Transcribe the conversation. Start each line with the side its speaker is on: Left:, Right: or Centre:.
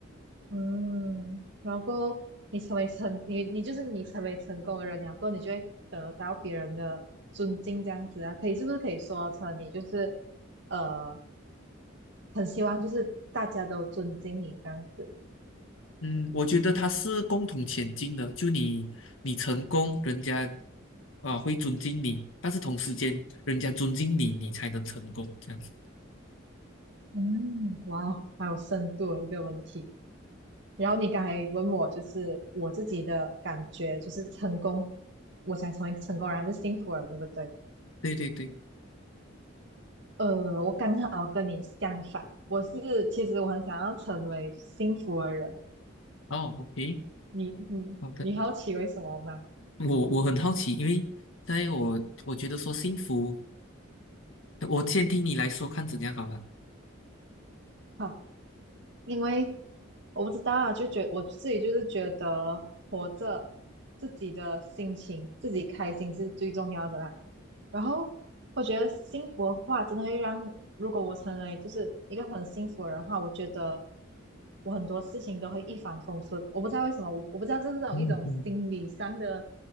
Right: 嗯，然后你成为成你你就是你成为成功的人，然后你就会得到别人的尊敬，这样子啊，可以是不是可以说成你就是呃，很希望就是大家都尊敬你这样子。
Left: 嗯，我觉得他是共同前进的，就你你成功，人家啊会尊敬你，但是同时间人家尊敬你，你才能成功，这样子。
Right: 嗯，哇，好有深度的一个问题。然后你刚才问我就是我自己的感觉，就是成功，我想成为成功人还是幸福人，对不对？
Left: 对对对，
Right: 呃，我刚好跟你相反，我是其实我很想要成为幸福的人。
Left: 哦，OK，
Right: 你你你好奇为什么吗？
Left: 好的。我我很好奇，因为在我我觉得说幸福。我先听你来说，看怎样好了。
Right: 哈，因为我不知道啊，就觉我自己就是觉得活着，自己的心情，自己开心是最重要的啦。然后我觉得幸福的话，真的会让，如果我成为就是一个很幸福的人的话，我觉得我很多事情都会一帆风顺。我不知道为什么，我我不知道这是种一种心理上的，
Left: 嗯嗯，